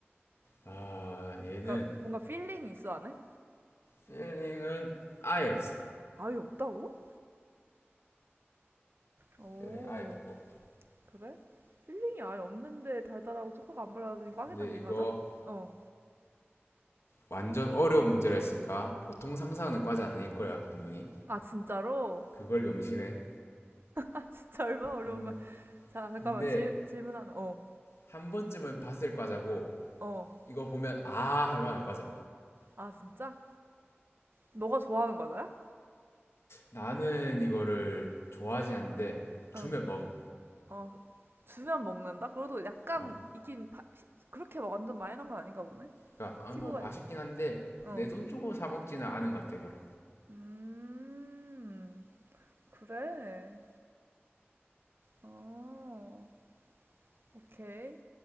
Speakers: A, on the left; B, on the right.
A: 아 얘는
B: 그러니까 뭔가 필링이 있어 안에?
A: 필링은 아예 없어.
B: 아예 없다고? 오,
A: 필링 아예 없고.
B: 그래? 필링이 아예 없는데 달달하고 초코가 안 발라진 꽉에
A: 근데
B: 담긴
A: 이거
B: 과자? 어.
A: 완전 어려운 문제라 했으니까 보통 상상하는 과자는 아닐 거야 분명히.
B: 아, 진짜로?
A: 그걸 명심해.
B: <laughs> 진짜 얼마나 어려운
A: 근,
B: 거야. 자, 잠깐만.
A: 근데
B: 질, 질문 하나. 어,
A: 한 번쯤은 봤을 과자고
B: 어.
A: 이거 보면 아 할 만한 과자.
B: 아, 진짜? 너가 좋아하는 과자야?
A: 나는 이거를 좋아하지 않는데
B: 어.
A: 주면 먹어.
B: 어, 주면 먹는다? 그래도 약간
A: 어.
B: 있긴 파- 시- 그렇게 막 완전 많이 넣은 건 아닌가 보네.
A: 그러니까 아,
B: 친구가
A: 뭐 맛있긴
B: 이렇게.
A: 한데
B: 어.
A: 내 돈 주고 사 먹지는 않은 것 같아 이거를.
B: 음. 그래. 어. 오케이.